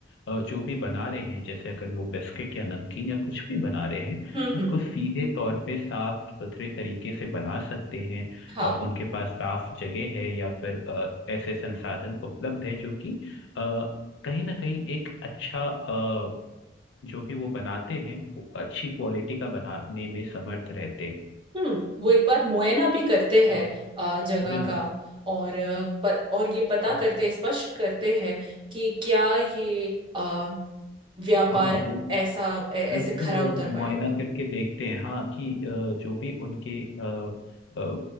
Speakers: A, on the left (about 75°); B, on the right (about 25°).
A: अ, जो भी बना रहे हैं जैसे अगर वो बिस्किट या नमकीन या कुछ भी बना रहे हैं
B: हम्म
A: तो उसको
B: हम्म
A: सीधे तौर पे साफ सुथरे तरीके से बना सकते हैं
B: हाँ
A: अ, उनके पास साफ जगह है या फिर अ, ऐसे संसाधन उपलब्ध हैं जो कि अ, कहीं ना कहीं एक अच्छा अ, जो भी वो बनाते हैं वो अच्छी क्वालिटी का बनाने में समर्थ रहते हैं
B: हम्म वो एक बार मुआयना भी करते हैं
A: हाँ
B: अ, जगह
A: बिल्कुल
B: का और अ, प, और ये पता
A: हाँ
B: करते हैं स्पष्ट करते हैं कि क्या ये अ, व्यापार
A: हाँ वो
B: ऐसा ऐ-
A: बिल्कुल
B: ऐसे खरा
A: वो
B: उतर पाएगा
A: मुआयना करके देखते हैं हाँ कि अ, जो भी उनके अ, अ,